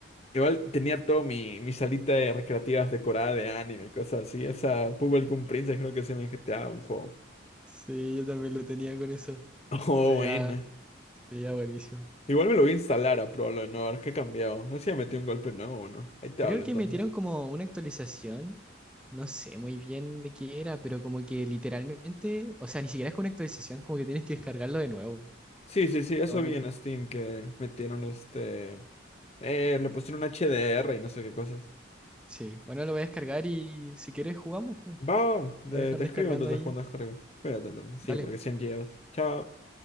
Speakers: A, on the left; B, in the centre.
A: Igual tenía todo mi, mi salita de recreativas decorada de anime y cosas así. Esa Bubblegum Princess creo que se me GTA un juego. <laughs>
B: Sí, yo también lo tenía con eso.
A: Oh,
B: Se veía,
A: buena.
B: se veía buenísimo.
A: Igual me lo voy a instalar a Pro, no no, que ha cambiado. No sé si ya metí un golpe nuevo o no. Ahí te
B: Creo
A: hablo
B: que
A: entonces.
B: metieron como una actualización, no sé muy bien de qué era, pero como que literalmente, o sea, ni siquiera es con una actualización, como que tienes que descargarlo de nuevo.
A: Sí, sí, sí, eso
B: Pero bueno.
A: vi en Steam que metieron este. Eh, le pusieron HDR y no sé qué cosas.
B: Sí, bueno, lo voy a descargar y si quieres jugamos. po.
A: Va, va,
B: Voy
A: te,
B: a dejar
A: te
B: descargando
A: escribo entonces
B: ahí.
A: cuando descargue. Cuídate entonces.
B: Dale,
A: Sí, porque 100 gigas. Chao.